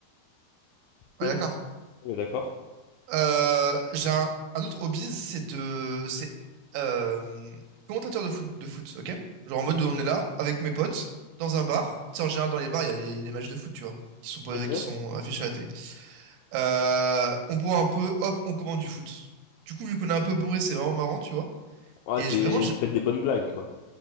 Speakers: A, on the right (about 85°); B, on the left (about 85°).
A: Ouais,
B: Oui,
A: d'accord.
B: on est d'accord.
A: Euh, j'ai un, un autre hobby, c'est de. C'est euh, commentateur de foot, de foot, ok? Genre en mode, on est là avec mes potes, dans un bar. Tu sais, en général, dans les bars, il y a les, les matchs de foot, tu vois, qui sont, posés-
B: Ok.
A: qui sont affichés à la télé. Euh, on boit un peu, hop, on commande du foot. Du coup, vu qu'on est un peu bourré, c'est vraiment marrant, tu vois.
B: Ouais,
A: Et
B: c'est,
A: je- vraiment, je-
B: vous faites des bonnes blagues, quoi.